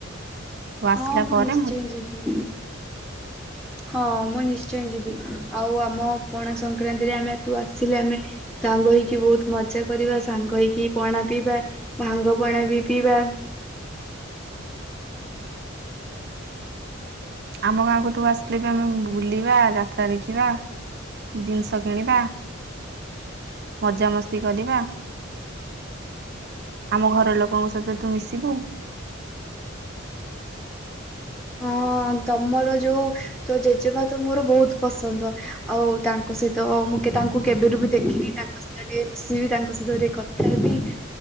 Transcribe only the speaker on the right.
ତୁ ଆସିଲା
ପରେ
ଆମ ଗାଁକୁ ତୁ ଆସିଲେ ବି ଆମେ ବୁଲିବା ଯାତ୍ରା ଦେଖିବା ଜିନିଷ କିଣିବା <inaudible> ମଜାମସ୍ତି କରିବା <inaudible> ଆମ ଘର ଲୋକଙ୍କ ସହିତ ତୁ ମିଶିବୁ <inaudible>